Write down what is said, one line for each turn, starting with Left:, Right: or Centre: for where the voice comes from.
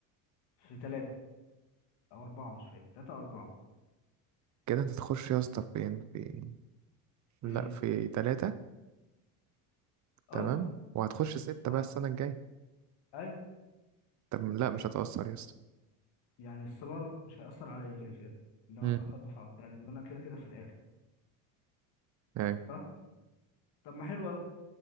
Left: في ثلاثة او اربعة مش فاكر ثلاثة او اربعة
Right: كده انت هتخش يا اسطى فين في لا
Left: ايه
Right: في تلاتة
Left: اه
Right: تمام وهتخش ستة
Left: و...
Right: بقى السنة الجاية
Left: اي
Right: طب لا مش هتأثر يا اسطى
Left: يعني السمر مش هيأثر عليا كده كده ان انا
Right: امم
Left: اتأخر دفعة وبتاع لان انا كده كده في الاخر
Right: يعني
Left: صح طب ما حلو قوي